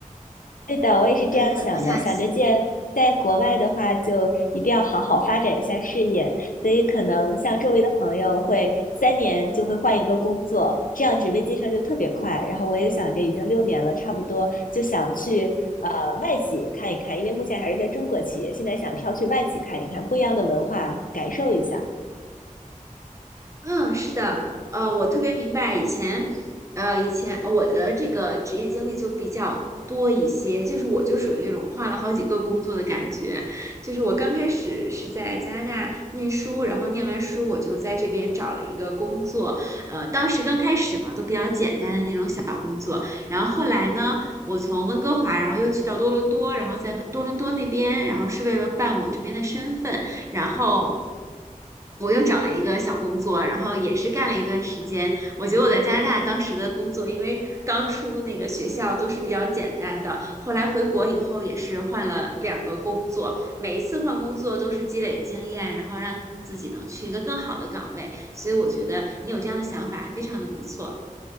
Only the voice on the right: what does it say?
呃，我想
嗯，是的，呃，我特别明白以前，呃，以前我的这个职业经历就比较多一些，就是我就属于那种换了好几个工作的感觉，就是我刚开始是在加拿大念书，然后念完书我就在这边找了一个工作，呃，当时刚开始嘛，都比较简单的那种小工作，然后后来呢，我从温哥华，然后又去到多伦多，然后在多伦多那边，然后是为了办我这边的身份。然后我又找了一个小工作，然后也是干了一段时间。我觉得我在加拿大当时的工作，因为刚出那个学校都是比较简单的，后来回国以后也是换了两个工作，每一次换工作都是积累经验，然后让自己能去一个更好的岗位。所以我觉得你有这样的想法，非常的不错。